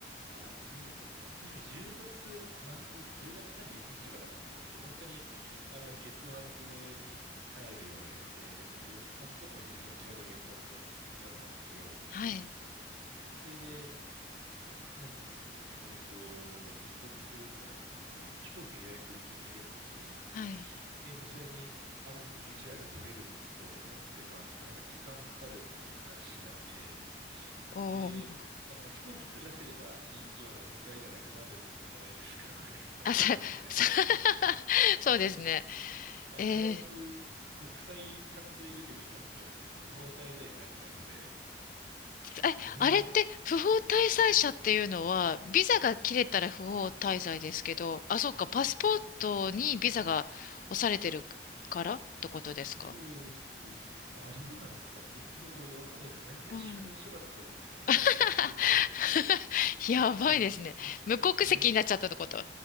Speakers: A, on the right; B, on the left.
A: あ、10月だったかな。確か10月末、10月31日とかだったと思うんですけど、本当に、あの、月末に帰るような予定でして、で、パスポートの日付もちょうど月末だったんだったんですよ。
B: <laughs> はい。
A: でそれで、なんですかね。えっと、帰国するってなった時に、もう飛行機は予約済みですし、
B: はい。
A: で、もうそれに合わせて PCR 取れると思ってたんですけど、なんか時間かかるっていう話になって、
B: おー。
A: で、なんかもう飛行機ずらせればいいような問題ではなくなるじゃないですか、<laughs> これ。<laughs> パスポートなんで。
B: あ、さ、さ <laughs> そうですね。
A: あ、
B: えー、
A: 危うく国、国際犯罪レベルになっちゃうんで、その不法滞在者になっちゃうので、
B: え、
A: これは、
B: あれって不法滞在者っていうのは、ビザが切れたら不法滞在ですけど、あ、そうか、パスポートにビザが押されてるからってことですか
A: あそうです。あ、どうなんですかね。ど、でもわかんないですけど、何かしらの処罰は絶対
B: うん。
A: <laughs>
B: <laughs>
A: あると思うので、
B: やばいですね。
A: まあ、
B: 無国籍になっちゃったってこと。
A: これ、